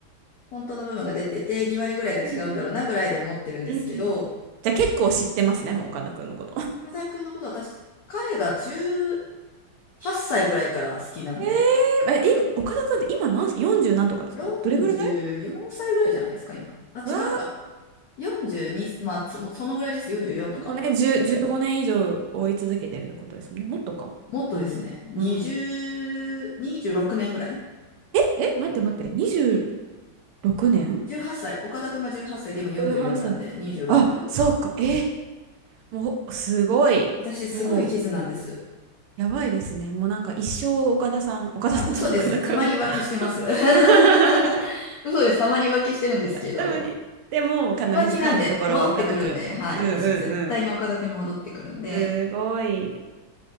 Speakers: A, on the left (about 80°); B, on the right (about 85°).
A: 本当の部分が出てて、2割ぐらいが違うんだろうなぐらいで思ってるんですけど、
B: うんうんうんうんじゃあ結構知ってますねもう岡田君のこと
A: 岡田君のこと私、彼が18歳ぐらいから好きなんで、
B: えー、え、今、岡田君って今何歳 ?40 何とかですかどれぐらい
A: 44歳ぐらいじゃないですか、今。あ、
B: わー、
A: 違うか。42、まあ、そ、そのぐらいです。44とか。
B: もうね、10、15年以上追い続けてるってことですもんね。もっとか。
A: もっとですね。
B: うん。
A: 20、
B: うん。
A: 26年ぐらい
B: え、待って待って、26年
A: 18歳、岡田くんが18歳で今44なんで26。
B: ?18 歳。あ、そうか。え、もう、すごい。
A: 私すごい一途なんです。
B: もう、やばいですね。もうなんか一生岡田さん、岡田さんじゃない、
A: あ、嘘です。
B: 岡田君。
A: たまに浮気してます。<laughs>
B: <laughs>
A: 嘘です。たまに浮気してるんですけど、
B: 多分に。でも、必ず帰るところは岡田君。
A: 浮気なんで戻ってくるんで、はい。
B: うんうんうん。
A: 私絶対に岡田くんに戻ってくるんで、
B: すごい。